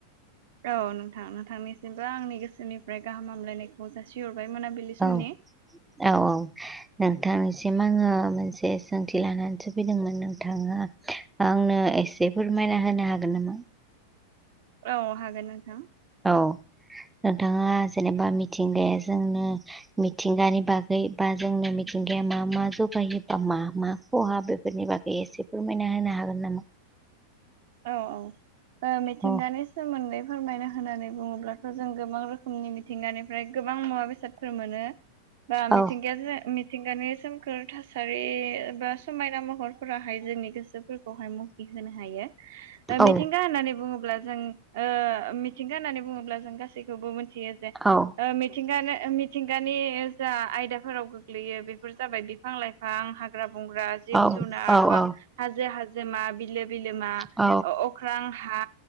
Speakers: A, on the right; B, in the centre.
A: औ नोंथां नोंथांनिसिमबो आंनि गोसोनिफ्राय गाहाम हामलायनायखौ जासिहर फाय मोनाबिलि समनि
B: औ
A: ।
B: औ औ नोंथांनिसिम आङो मोनसे सोंथि लानानैसो फैदोंमोन नोंथाङा आंनो एसे फोरमायना होनो हागोन नामा?
A: औ हागोन नोंथां ।
B: औ । नोंथाङा जेनेबा मिथिंगाया जोंनो मिथिंगानि बागै बा जोंनो मिथिंगाया मा मा जगायो बा मा मा खहा बेफोरनि बागै एसे फोरमायना होनो हागोन नामा?
A: औ औ ओ मिथिंगानि
B: औ
A: सोमोन्दै फोरमायनो होननानै बुङोब्ला जों गोबां रोखोमनि मि मिथिंगानिफ्राय गोबां मुवा बेसादफोर मोनो बा मिथिंगाया
B: औ
A: जों मि मिथिंगानि सोमखोर थासारि बा समायना महरफोराहाय जोंनि गोसोफोरखौहाय मुहि होनो हायो । मिथिंगा
B: औ
A: होननानै बुङोब्ला जों ओ मिथिंगा होननानै बुङोब्ला जों गासैखौबो मिथियो जे
B: औ
A: ओ मिथिंगानो मिथिंगानि जा आयदा फोराव गोग्लैयो बेफोर जाबाय बिफां लाइफां हाग्रा बंग्रा जिब
B: औ
A: जुनार
B: औ
A: बा
B: औ
A: हाजो हाजो जोमा बिलो बिलोमा
B: औ
A: अख्रां हा